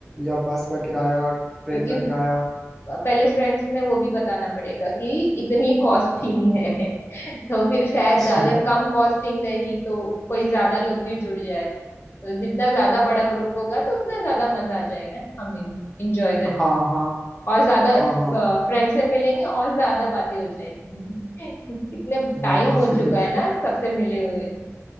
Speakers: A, in the centre; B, on the left.
A: या बस का किराया ट्रेन
B: क्योंकि
A: का किराया
B: पहले फ्रेंड्स में वो भी बताना पड़ेगा कि इतनी कॉस्टिंग है <laughs> तो फिर शायद
A: <laughs>
B: अगर कम कॉस्टिंग रही तो कोई ज्यादा लोग भी जुड़ जाए तो जितना ज्यादा बड़ा ग्रुप होगा तो उतना ज्यादा मजा आ जाएगा ना हमें भी इंजॉय करने
A: हाँ
B: में
A: हाँ
B: और ज्यादा
A: हाँ
B: फ्रेंड से मिलेंगे और ज्यादा बातें हो जाएगी <laughs> कितने टाइम
A: हाँ हाँ
B: हो चुका
A: <laughs>
B: है ना सबसे मिले हुए